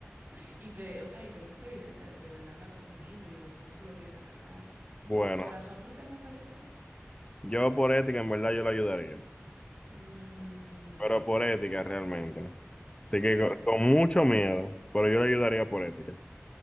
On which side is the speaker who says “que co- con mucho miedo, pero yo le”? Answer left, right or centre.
Left